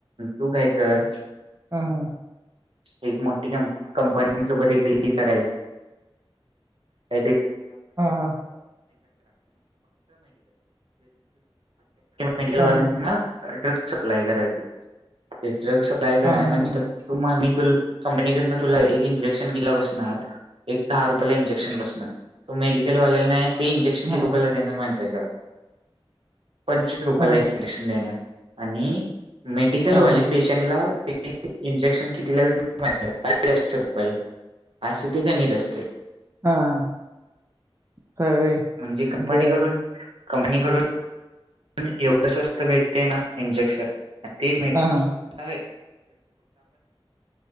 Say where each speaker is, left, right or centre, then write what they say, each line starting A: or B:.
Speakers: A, on the right (about 65°); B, on the right (about 30°).
A: तू काय कर
B: हा हा.
A: एक मोठी कंपनी सोबत एक डिग्री करायची- <inaudible>
B: हा हा
A: मेडिकल
B: हा
A: वाल्यांना ड्रग्कससप्लाय करायच ड्र् सप्लाय करणार
B: हा हा
A: म्हणजे
B: हा
A: त मी तु कंपनीकडन तुला एक इंजेक्शन के बसणार एक दहा रुपयाला इंजेक्शन बसणार त मेड ले नाहीत ते इंजेक्शन किती
B: हा
A: रुपयाला देणार महितीय का पंचवीस रुपयाला
B: हा
A: इंजेक्शन देणार आणि मेडिकलवाली
B: हा हा
A: पेशंटला इंजेक्शन कितीला व साडेचशे रुपयाला असं ते गणित असत
B: हा हा. सवय
A: म्हणजे कंपनीकडून
B: बर
A: कंपनीकडून प एवढं स्वस्त भेटते ना इंजेक्शन ते म
B: हा हा
A: <inaudible>